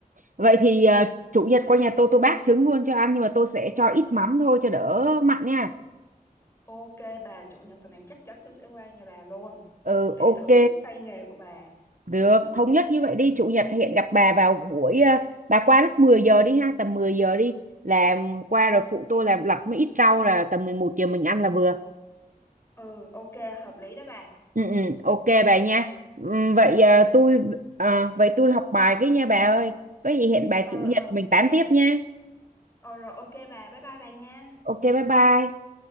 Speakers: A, on the right; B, on the left.
A: vậy thì ờ, chủ nhật qua nhà tôi tôi bác trứng luôn cho ăn nhưng mà tôi sẽ cho ít mắm thôi cho đỡ mặn nha
B: ok bà chủ nhật tuần này chắc chắn tôi sẽ qua nhà bà luôn
A: ừ
B: để
A: ok
B: thưởng thức tay nghề của bà
A: được
B: <laughs>
A: thống nhất như vậy đi chủ nhật hẹn gặp bà vào buổi ờ, bà qua lúc 10 giờ đi ha tầm 10 giờ đi làm qua rồi phụ tôi làm lặt mấy ít rau là tầm 11 giờ mình ăn là vừa
B: ừ ok hợp lý đó bà
A: Ừ, ừ, ok bà nha. Ừ, Vậy
B: Ừ, ok
A: à, tôi à, vậy tôi học bài cái nha bà ơi. Có gì hẹn bà
B: ờ
A: chủ nhật
B: ờ
A: mình tám tiếp nha.
B: Ờ rồi ok bà, bye bye bà nha.
A: Ok bye bye.